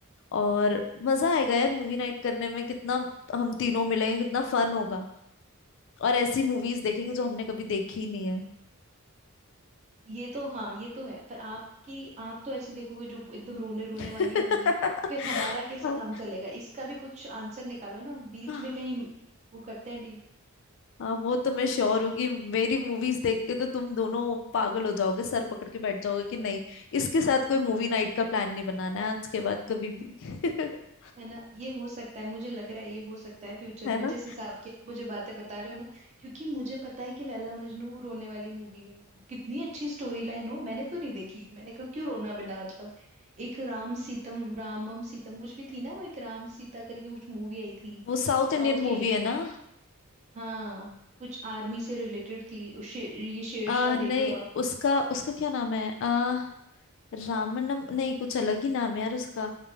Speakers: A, on the left; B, on the right.
A: और मजा आएगा यार मूवी नाइट करने में कितना हम तीनों मिलेंगे कितना फन होगा और ऐसी मूवीज देखेंगे जो हमने कभी देखी नहीं है
B: ये तो हाँ ये तो है पर आपकी आप तो ऐसी देखोगे जो एकदम रोने रोने
A: <laughs>
B: वाली होगी फिर हमारा कैसे
A: हाँ
B: काम चलेगा इसका भी कुछ आंसर निकालो ना बीच
A: हाँ,
B: में कहीं वो करते हैं डील
A: हाँ, वो तो मैं श्योर हूँ कि मेरी मूवीज देख के तो तुम दोनों पागल हो जाओगे सर पकड़ के बैठ जाओगे कि नहीं इसके साथ कोई मूवी नाइट का प्लान नहीं बनाना है आज के बाद कभी भी <laughs>
B: है ना ये हो सकता है मुझे लग रहा है ये हो सकता है फ्यूचर
A: है
B: में
A: ना
B: जिस हिसाब की आप मुझे बातें बता रहे हो ना क्योंकि मुझे पता है कि लैला मजनू रोने वाली मूवी है कितनी अच्छी स्टोरी लाइन हो मैंने तो नहीं देखी मैंने कहा क्यों रोना बिना मतलब एक राम सीतम रामम सीतम कुछ भी थी ना वो एक राम सीता करके कुछ मूवी आई थी
A: वो साउथ इंडियन
B: साउथ के
A: मूवी है ना
B: हाँ कुछ आर्मी से रिलेटेड थी उस शे, ये शेरशाह
A: आ,
B: देख
A: नहीं
B: लो आप
A: उसका उसका क्या नाम है आ, रामनम नहीं कुछ अलग ही नाम है यार उसका